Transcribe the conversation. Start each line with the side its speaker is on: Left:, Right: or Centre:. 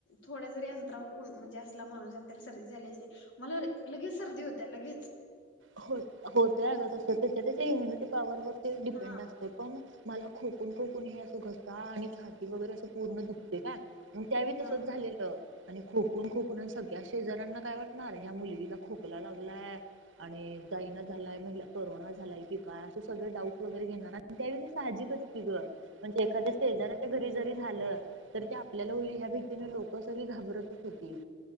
Left: थोड्यां जरी अंतरावर म्हणजे असलां माणूंस आणि त्यांला सर्दी झाली असली तरी मला लगेचं सर्दी होत्यां लगेचं
Right: हो होतंय अगंतस असतं त्यांच्या त्यांच्या इम्युनिटी पॉवर ते डिपेंड
Left: हा
Right: असतें पणं मला खोकूंन खोकूंन हे असं घसा आणि वगैरें असं पूर्ण दुखते कां मंग त्यावेळीं
Left: हा
Right: तसंच झालेलं आणि खोकूंन खोकूंन आणि सगळ्यां शेजऱ्यांना कायं वाटणारं ह्या मुलगीलां खोकला लागलांय आणि जाईना झालायं महिला करोनां झालायं की कायं असं सगळें डाऊट वगैरें घेणारं त्यां वेळी ते साहजिक गं म्हणजे एखाद्या शेजाऱ्यांच्या घरी जरी झालं तर ते आपल्याला होईल ह्या भीतीने लोकं सगळीं घाबरतंच होती